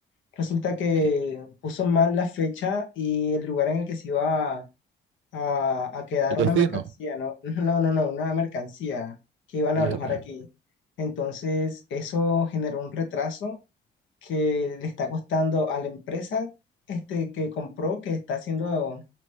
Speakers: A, on the left (about 75°); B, on the right (about 75°).
A: Resulta que
B: eh,
A: puso mal la fecha y el lugar en el que se iba a, a- a quedar
B: el destino.
A: una mercancía, ¿no? <laughs> No, no, no, una mercancía que iban
B: Híjole.
A: a alojar aquí. Entonces, eso generó un retraso que le está costando a la empresa este, que compró, que está haciendo